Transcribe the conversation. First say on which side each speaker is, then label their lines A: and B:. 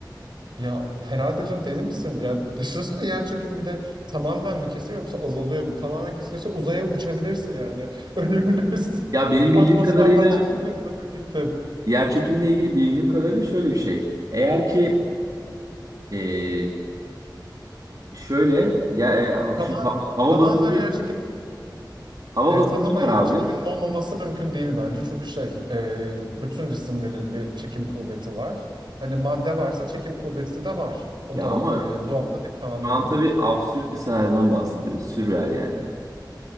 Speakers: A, on the right (about 80°); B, on the right (about 55°).
A: Ya herhalde can deli misin? Ya düşünsene yer çekimi bir de tamamen mi kesiyor yoksa azalıyor mu? Tamamen kesilirse uzaya uçabilirsin yani. <laughs> Ölebilirsin.
B: Ya benim
A: Atmosferden
B: bildiğim kadarıyla
A: çıktın ve öldün gittin.
B: yer çekimiyle ilgili bildiğim kadarıyla şöyle bir şey. Eğer ki e, şöyle ya
A: Ya,
B: e, ha-
A: tamam,
B: şimdi ha- hava
A: tamamen
B: basıncı
A: yer çekiminin
B: hava
A: E,
B: basıncı
A: tamamen
B: var
A: yer
B: abi.
A: çekiminin olmaması mümkün değil bence. Çünkü şey, e, bütün cisimlerin bir çekim kuvveti var. Hani madde varsa çekim kuvveti de var. O
B: Ya
A: da
B: ama
A: e, doğanın bir kanunu.
B: şu an tabii absürt bir senaryodan bahsediyoruz. Sürreal yani.